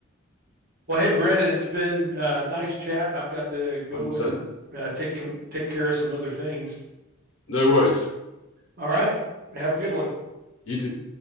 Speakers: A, on the right; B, on the left.
A: well hey brent it's been uh, nice chat and i've got to go
B: 100%.
A: and uh, take take care of some other things
B: No worries.
A: all right have a good one
B: You too.